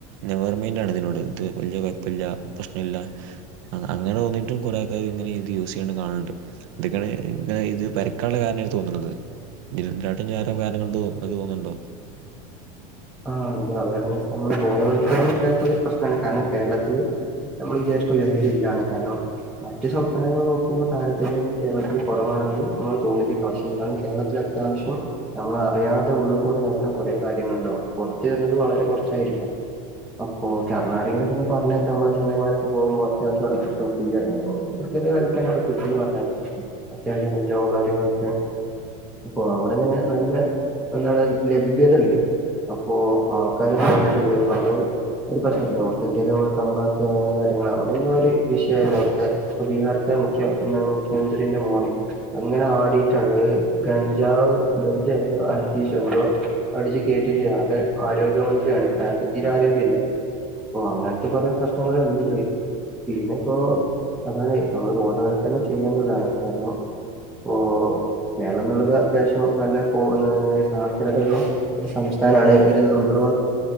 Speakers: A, on the right; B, in the centre.
A: നെവർമെയ്ന്റ് ആണ് ഇതിനോട് ഇത് വലിയ കൊഴപ്പില്ല പ്രശ്നല്ല അങ്ങനെ തോന്നിയിട്ടും കൊറെേ അതത് ഇങ്ങനെ ഇത് യൂസ് ചെയ്യണത് കാണുന്നുണ്ട് ഇതൊക്കെയാണ് ഇനെ ഇത് പരക്കാനുള്ള കാരണയി തോന്നുന്നത് <unintelligible> വേറെ കാരണം ഉണ്ടോന്നൊക്ക തോന്നുന്നുണ്ടോ?
B: ആഹ് ഇത് അവരെ കുറിച്ച് നമ്മള് ബോധവൽക്കരണം ഇല്ലാത്തരു പ്രശ്നമാണ് കാരണം കേരളത്തില്- നമ്മൾ വിചാരിക്കും ലഹരി ഇല്ല്യാന്ന് കാരണം- മറ്റു സംസ്ഥാനങ്ങള് നോക്കുമ്പോൾ താരതമ്യേന കേരളത്തിന് കുറവാണല്ലോ എന്ന് തോന്നിപ്പി - പക്ഷെ ഇന്നും കേരളത്തിൽ അത്യാവശ്യം നമ്മൾ അറിയാതെ ഉള്ളിൽ കൂടി നടക്കാൻ കൊറെ കാര്യങ്ങളുണ്ടാവും പുറത്തു വരുന്നത് വളരെ കൊറച്ചായിരിക്കും അപ്പൊ ഓ കർണാടകയിലൊക്കെപ്പൊ പർഞ്ഞേക്കമ്മളെ ചങ്ങായിമാരൊക്കെ പോകുമ്പോ അത്യാവശ്യം അവിടെ കിട്ടും. ഫ്രീയായി ചെറിയ വെലക്കന്നവ്ടെ കിട്ടുംന്ന് പറഞ്ഞായ് അത്യാവശ്യം കഞ്ചാവും കാര്യങ്ങളൊക്കെ അപ്പൊ അവിടെ അങ്ങനെ നല്ല എന്താണ് ലഭ്യതണ്ട് അപ്പോ- ആൾക്കാര് ഒരു പ്രാവശ്യം ഉപയോഗിക്കാണ് ഒരു പ്രശ്നം അല്ല നോർത്തിന്ത്യയിലോ തമ്പാക്ക് അങ്ങനെ കാര്യങ്ങ അവിടെന്നും ഒരു വിഷയല്ല അവിടുത്തെ അപ്പൊ ബീഹാർത്തെ മുഖ്യ എന്താണ് മുഖ്യമന്ത്രിന്റെ മോനെ അങ്ങനെ ആടിയിട്ടാണ് അത് ഗഞ്ജാവ് ഗഞ്ജ എന്തോ അഷീഷോ എന്തോ അടിച്ചു കേറ്റിട്ടേ അത് ആരോഗ്യമന്ത്രിയാണ് അയക്ക് തീരെ ആരോഗ്യല്ല ഓ അങ്ങനത്തെ കൊറെ പ്രശ്നങ്ങള്ണ്ട് പിന്നെപ്പോ അതാണ് നമ്മള് ബോധവൽക്കരണം ചെയ്യാന്നുള്ളതാണ് കാരണം ഓഹ്.. കേരളം എന്നുള്ളത് അത്യാവശ്യം നല്ല സാധ്യതയള്ള ഒരു സം- സംസ്ഥാനാണ് ഒരു നമ്പർ വൺ